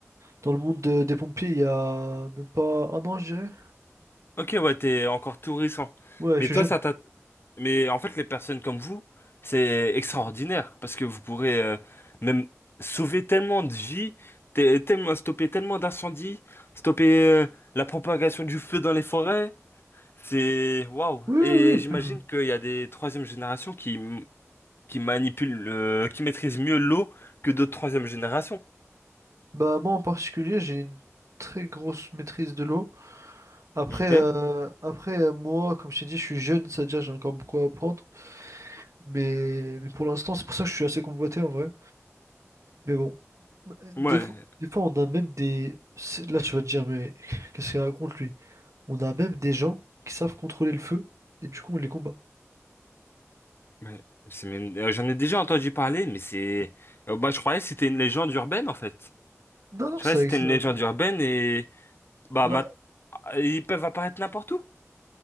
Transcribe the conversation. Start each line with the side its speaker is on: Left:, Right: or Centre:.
Right: dans le monde de- des pompiers il y a même pas un an, je dirais.
Left: Ok, ouais, t'es encore tout récent.
Right: Ouais,
Left: Mais
Right: je suis
Left: toi,
Right: jeune.
Left: ça t'a Mais en fait, les personnes comme vous, c'est extraordinaire parce que vous pourrez euh, même sauver tellement de vies, te- tellement, stopper tellement d'incendies, stopper euh, la propagation du feu dans les forêts. C'est waouh!
Right: Oui,
Left: Et
Right: oui, oui.
Left: j'imagine qu'il y a des troisième générations qui, m- qui manipulent, euh, qui maîtrisent mieux l'eau que d'autres troisième générations.
Right: Bah, moi, en particulier, j'ai une très grosse maîtrise de l'eau. Après,
Left: Ok?
Right: euh, après euh, moi, comme je t'ai dit, je suis jeune, c'est-à-dire j'ai encore beaucoup à apprendre. Mais, mais pour l'instant, c'est pour ça que je suis assez convoité, en vrai. Mais bon, des
Left: Ouais.
Right: fois, des fois, on a même des... c'est- Là, tu vas te dire, mais <laughs> qu'est-ce qu'il raconte, lui? On a même des gens qui savent contrôler le feu, et du coup, on les combat.
Left: ouais. C'est même- euh, J'en ai déjà entendu parler, mais c'est. euh, bah, je croyais que c'était une légende urbaine en fait.
Right: Non, non,
Left: Je croyais
Right: ça
Left: que c'était
Right: existe.
Left: une
Right: vraiment.
Left: légende urbaine et. Bah,
Right: Bah,
Left: ma- ils peuvent apparaître n'importe où.